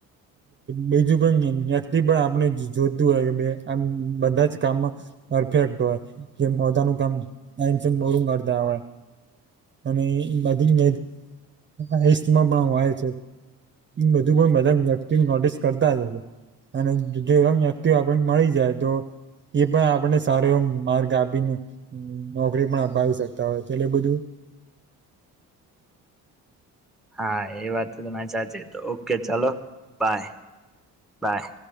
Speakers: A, on the right; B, in the centre.
A: બીજું કઈ વ્યક્તિ પણ આપણે જોતું હોય આમ બધાં જ કામો પરફેક્ટ હોય જે પોતાનું કામ ટાઇમસર પૂરું કરતા હોય. અને બધી મેજસ પણ હોય‌. બધું પણ બધાં વ્યક્તિ નોટિસ કરતા જ હોય છે. અને તે વ્યક્તિ આપણને મળી જાય તો એ પણ આપણને સારો એવો માર્ગ આપીને નોકરી પણ અપાવી શકતા હોય. એટલે બધું
B: હા, એ વાત તો તમારી સાચી તો ઓકે ચાલો બાય, બાય.